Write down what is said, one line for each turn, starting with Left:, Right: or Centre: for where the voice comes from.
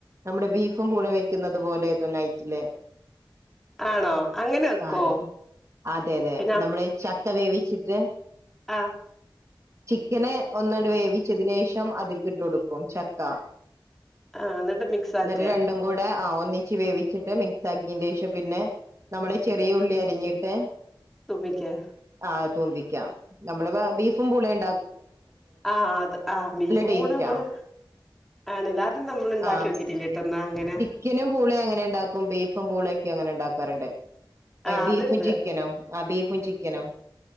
Right: നമ്മള് ബീഫും പൂളീം വെ ന്നത് പോലെ ആയിരുന്നു നൈറ്റില്
Centre: ആണോ അങ്ങനെ വെക്കോ
Right: ആതെ അതെ അതെ
Centre: പിന്നെ
Right: നമ്മള് ചക്ക വേവിച്ചിട്ട്
Centre: ആഹ്
Right: ക്കനെ ഒന്നണ്ട് വേവിച്ചതിനേഷം അത്ക്കിട്ടൊടുക്കും ചക്ക
Centre: ആ എന്നിട്ട് മിക്സ്
Right: ഇന്നിട്ട്
Centre: ആക്കുക
Right: രണ്ടും കൂടെ ആഹ് ഒന്നിച്ച് വേവിച്ചിട്ട് മിക്സാക്കീന്റേഷം പിന്നെ നമ്മള ചെറിയ ഉള്ളി അരിഞ്ഞിട്ട്
Centre: തൂപിക്കാ
Right: ആഹ് തൂമ്പിക്കാം നമ്മള് ബീഫും പൂളെ ഇണ്ട
Centre: ആഹ് അത് ആഹ് ബീഫും
Right: ടേസ്റ്റാ
Centre: പൂളെ നമ്മള് ആണ് അത് ഇണ്ടാക്ക്യോ
Right: ആ
Centre: ട്ടില്ല്യട്ടൊ ന്ന അങ്ങനെ
Right: ചിക്കനും പൂളിം അങ്ങനെ ഇണ്ടാക്കും ബീഫും പൂളയൊക്കെ അങ്ങനെ ഉണ്ടാക്കാറുണ്ട് അയ്
Centre: ആഹ്
Right: ബീഫും
Centre: അതുണ്ട്
Right: ചിക്കനും ആഹ് ബീഫും ചിക്കനും